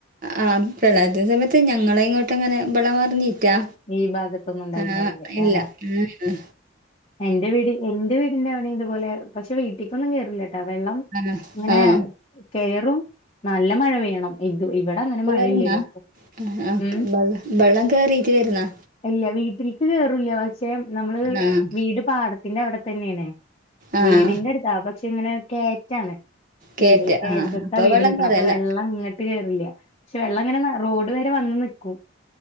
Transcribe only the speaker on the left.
ഈ ഭാഗത്തൊന്നും ഉണ്ടായിണ്ടാവില്ല
ആ
എന്റെ വീട് എന്റെ വീടിന്റെ അവിടെ ഇതുപോലെ, പക്ഷെ വീട്ടിക്കൊന്നും കേറില്ലട്ടോ വെള്ളം
അങ്ങനെ
കേറും. നല്ല മഴ പെയ്യണം ഇത് ഇവടെ അങ്ങനെ
മഴയില്ലല്ലോ പ്പൊ
ഉം
ഇല്യ. വീട്ടിൽക്ക് കേറൂല്ല. പക്ഷെ നമ്മള്
വീട് പാടത്തിന്റെ അവടെ തന്നേണേയ്
വീടിന്റെടുത്താ പക്ഷെ ഇങ്ങനെ കേറ്റാണ്
വീട് കെയറ്റത്താ
വീട്
നിക്കണ്.
അപ്പൊ വെള്ളം ഇങ്ങട്ട് ട്ട് കേറില്യ. പക്ഷെ വെള്ളം ങ്ങനെ ന റോഡ് വരെ വന്ന് നിക്കും